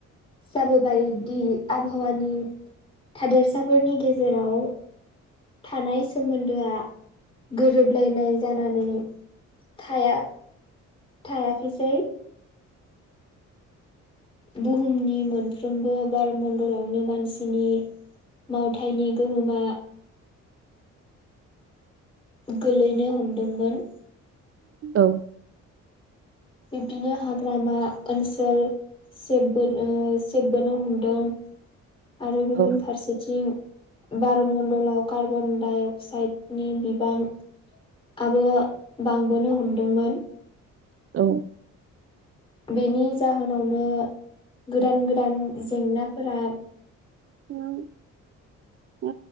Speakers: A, on the left (about 20°); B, on the right (about 45°).
A: जाबोबायदि आबहावानि थादेरसाफोरनि गेजेराव थानाय सोमोन्दोआ गोरोबलायनाय जानानै थाया थायाखैसै। बुहुमनि मोनफ्रोमबो बारमण्डलावनो मानसिनि मावथायनि गोहोमा गोलैनो हमदोंमोन।
B: औ।
A: बिब्दिनो हाग्रामा ओनसोल सेबबो ओ सेबबोनो हमदों आरो गुबुन
B: औ
A: फारसेथिं बार मण्डलाव कार्बन-डाइ-अक्साइड नि बिबांआबो बांबोनो हमदोंमोन।
B: औ।
A: बेनि जाहोनावनो गोदान गोदान जेंनाफोरा
B: औ औ